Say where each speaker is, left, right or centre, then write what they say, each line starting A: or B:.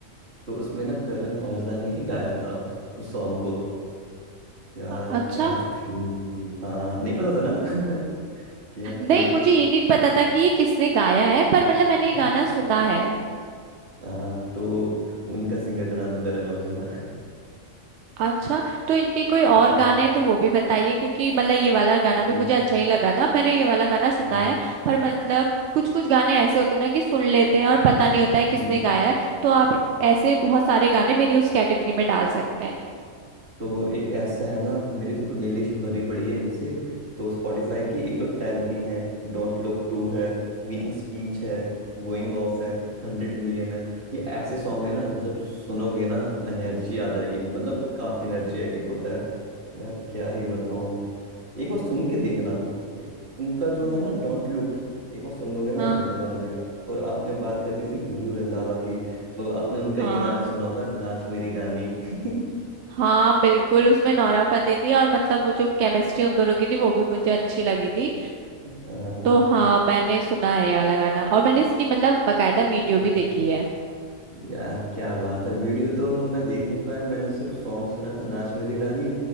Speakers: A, on the right; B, on the right.
A: तो उसमें ना करण औजला ने ही गाया था उस सॉन्ग को यार
B: अ- अच्छा
A: क्या फील थी हाँ नहीं पता था ना <laughs> कि यहाँ
B: नहीं
A: कोई
B: मुझे ये नहीं पता था कि ये किसने गाया है पर मतलब मैंने ये
A: <laughs>
B: गाना सुना है
A: हाँ तो उनका सिंगर का नाम है करण औजला
B: अच्छा तो इनके कोई और
A: हम्म,
B: गाने हैं तो वो भी बताइए क्योंकि मतलब ये वाला गाना
A: हम्म,
B: भी मुझे अच्छा ही लगा था मैंने ये वाला गाना सुना
A: हम्म,
B: है पर मतलब कुछ कुछ गाने ऐसे होते हैं ना कि सुन लेते हैं और
A: हम्म,
B: पता नहीं होता है किसने
A: हम्म।
B: गाया है तो आप ऐसे बहुत सारे गाने मेरी उस कैटेगरी में डाल सकते हैं
A: तो एक ऐसा है ना मेरी तो प्लेलिस्ट भरी पड़ी है इनसे तो स्पॉटिफाई
B: हम्म
A: की एक तो टेल मी है डोंट लुक टू
B: हम्म
A: है विनिंग स्पीच है गोइंग ऑफ है हंड्रेड मिलियन है ये ऐसे सॉन्ग है ना जब सुनोगे ना एनर्जी आ जाएगी मतलब काफी एनर्जेटिक होता है यार क्या ही बताऊं एक बार सुन के देखना इनका जो
B: हम्म
A: है ना डोंट लुक एक बार सुन लोगे ना
B: हाँ
A: मजा आ जाएगा और आपने बात कर दी थी गुरु रंधावा की तो आपने उनका
B: हाँ
A: ये गाना सुना होगा नाच मेरी रानी <laughs>
B: हाँ बिल्कुल उसमें नोरा फतेही थी और मतलब वो जो केमिस्ट्री उन दोनों की थी वो भी मुझे अच्छी लगी थी
A: हाँ
B: तो हाँ मैंने सुना है ये वाला गाना और मैंने इसकी मतलब बकायदा वीडियो
A: हम्म।
B: भी देखी है
A: यार क्या बात है वीडियो तो मैं देख नहीं पाया मैंने सिर्फ सॉन्ग सुना था नाच मेरी रानी